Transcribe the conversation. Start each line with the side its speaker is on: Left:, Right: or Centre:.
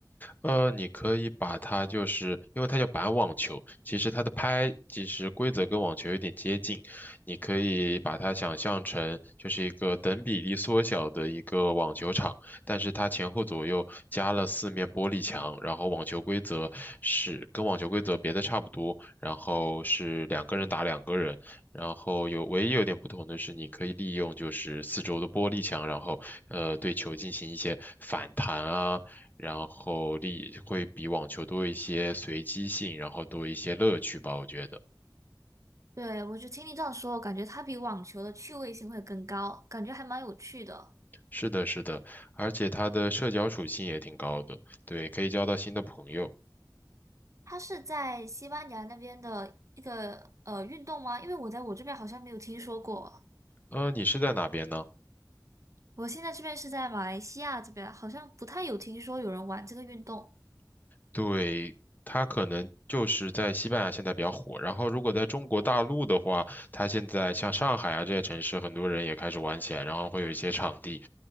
Left: 呃，你可以把它就是，因为它叫板网球，其实它的拍其实规则跟网球有点接近，你可以把它想象成就是一个等比例缩小的一个网球场，但是它前后左右加了四面玻璃墙，然后网球规则是跟网球规则别的差不多，然后是两个人打两个人，然后有唯一有点不同的是，你可以利用就是四周的玻璃墙，然后呃对球进行一些反弹啊。然后力会比网球多一些随机性，然后多一些乐趣吧，我觉得。
Right: 对，我就听你这样说，我感觉它比网球的趣味性会更高，感觉还蛮有趣的。
Left: 是的，是的，而且它的社交属性也挺高的，对，可以交到新的朋友。
Right: 它是在西班牙那边的一个呃运动吗？因为我在我这边好像没有听说过。
Left: 呃，你是在哪边呢？
Right: 我现在这边是在马来西亚这边，好像不太有听说有人玩这个运动。
Left: 对，它可能就是在西班牙现在比较火，然后如果在中国大陆的话，它现在像上海啊这些城市，很多人也开始玩起来，然后会有一些场地。